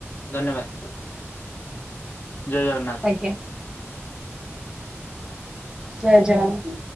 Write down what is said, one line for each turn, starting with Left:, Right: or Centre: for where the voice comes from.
Left: ଧନ୍ୟବାଦ। ଜୟ ଜଗନ୍ନାଥ।
Right: ଆଜ୍ଞା। ଜୟ ଜଗନ୍ନାଥ।